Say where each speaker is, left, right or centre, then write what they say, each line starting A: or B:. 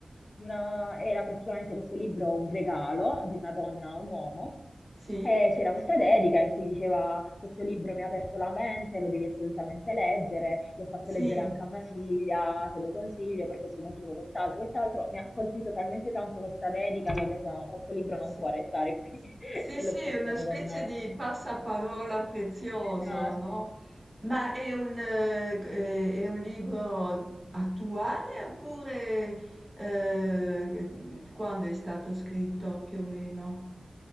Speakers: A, on the left (about 50°); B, on the right (about 35°).
A: di una- era praticamente questo libro un regalo di una donna a un uomo.
B: Sì,
A: E c'era questa dedica in cui diceva: Questo libro mi ha aperto la mente, lo devi assolutamente leggere. L'ho fatto
B: sì.
A: leggere anche a mia figlia, te lo consiglio per questo motivo, quest'altro, quest'altro. Mi ha colpito talmente tanto questa dedica che ho detto: "No, Questo libro
B: Sì,
A: non può restare qui <laughs>
B: sì,
A: e
B: sì,
A: l'ho portato
B: una specie
A: con me.
B: di passaparola prezioso,
A: Esatto.
B: no? Ma è un, eh, eh, è un libro attuale oppure eh, che- quando è stato scritto più o meno?